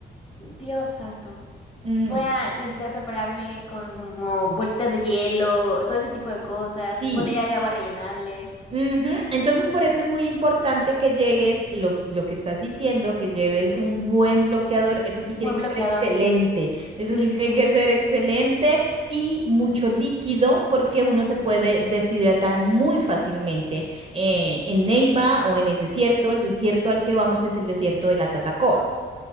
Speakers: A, on the left; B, on the right.
A: Dios santo.
B: Mm,
A: Voy a necesitar prepararme con como bolsitas de hielo, todo ese tipo de cosas,
B: sí.
A: botella de agua rellenable.
B: Ujú, Entonces, por eso es muy importante que llegues, lo, lo que estás diciendo, que lleves un buen bloqueador. Eso sí
A: Buen
B: tiene que
A: bloqueador,
B: ser excelente.
A: sí.
B: Eso
A: Sí,
B: sí tiene
A: sí, sí.
B: que ser excelente y mucho líquido porque uno se puede deshidratar muy fácilmente eh, en Neiva o en el desierto. El desierto al que vamos es el desierto de la Tatacoa.